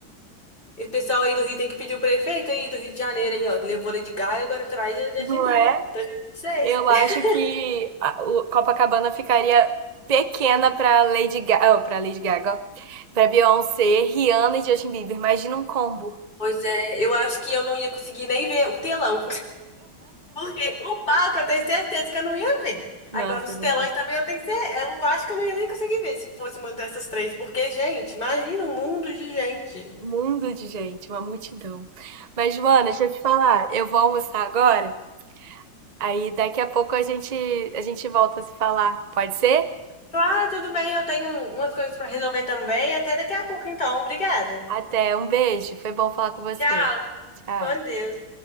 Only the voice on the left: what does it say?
O pessoal aí do Rio tem que pedir o prefeito aí do Rio de Janeiro aí, ó. Levou Lady Gaga, agora traz o Justin
Bieber.
2026.
<laughs>
Pois é, eu acho que eu não ia conseguir nem ver o telão. Porque o palco eu tenho certeza que eu não ia ver. Agora,
os
telões também eu tenho certeza. Eu acho que eu não ia nem conseguir ver se fosse uma dessas três. Porque, gente, imagina um mundo de gente.
Claro, tudo bem, eu tenho um, umas coisas pra resolver também. Até daqui a pouco, então. Obrigada.
Tchau.
Com Deus.